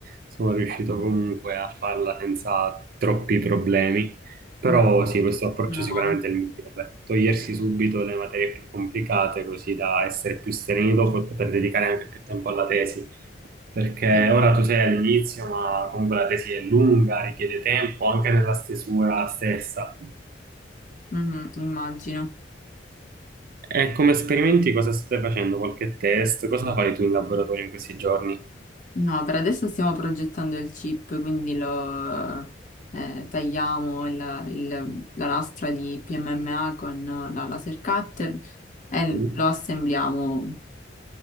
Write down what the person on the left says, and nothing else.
mm,
meno
male.
Sì.
Mhm, immagino.
No, per adesso stiamo progettando il chip, quindi lo eh, tagliamo il- il- la lastra di PMMA con la laser cutter e
lo assembliamo,